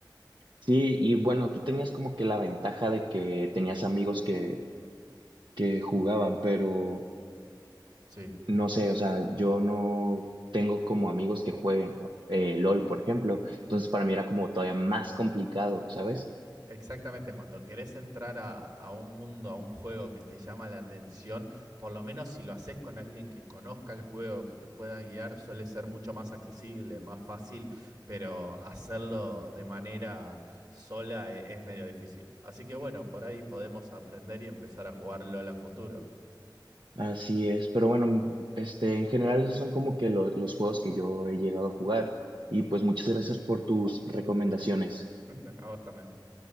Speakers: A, on the right; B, on the right.
A: Sí, y bueno, tú tenías como que la ventaja de que tenías amigos que, que jugaban, pero
B: Sí.
A: no sé, o sea, yo no tengo como amigos que jueguen eh, LOL, por ejemplo. Entonces para mí era como todavía más complicado, ¿sabes?
B: Exactamente, cuando querés entrar a, a un mundo, a un juego que te llama la atención, por lo menos si lo haces con alguien que conozca el juego, que te pueda guiar, suele ser mucho más accesible, más fácil, pero hacerlo de manera sola e- es, medio difícil. Así que bueno, por ahí podemos aprender y empezar a jugar LOL a futuro.
A: Así es, pero bueno, este, en general esos son como que lo- los juegos que yo he llegado a jugar y pues muchas gracias por tus recomendaciones.
B: <laughs> A vos también.